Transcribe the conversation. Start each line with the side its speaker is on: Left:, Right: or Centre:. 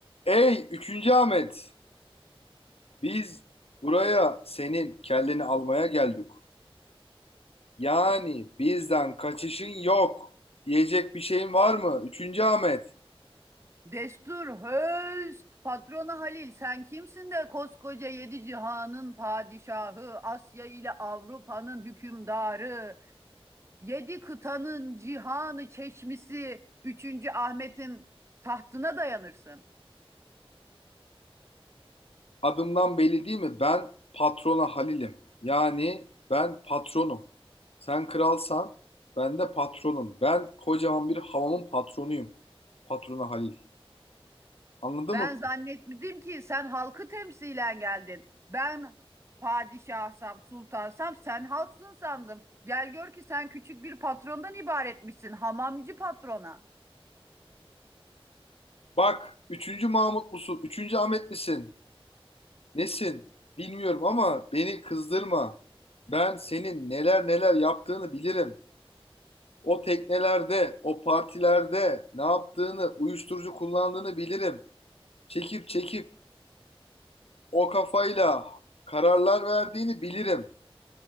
Left: Ey üçüncü Ahmet, biz buraya senin kelleni almaya geldik. Yani bizden kaçışın yok. Diyecek bir şeyin var mı? üçüncü Ahmet,
Right: Destur höst, patrona Halil sen kimsin de koskoca yedi cihanın padişahı, Asya ile Avrupa'nın hükümdarı, yedi kıtanın cihanı çeşmisi, üçüncü Ahmet'in tahtına dayanırsın.
Left: adımdan belli değil mi? Ben patrona Halil'im. Yani ben patronum. Sen kralsan ben de patronum. Ben kocaman bir havamın patronuyum. Patrona Halil. Anladın
Right: Ben
Left: mı?
Right: zannetmedim ki sen halkı temsilen geldin. Ben padişahsam, sultansam sen halksın sandım. Gel gör ki sen küçük bir patrondan ibaretmişsin, hamamcı patrona.
Left: Bak, üçüncü Mahmut musun? Üçüncü Ahmet misin? Nesin? Bilmiyorum ama beni kızdırma. Ben senin neler neler yaptığını bilirim. O teknelerde, o partilerde ne yaptığını, uyuşturucu kullandığını bilirim. Çekip çekip o kafayla kararlar verdiğini bilirim.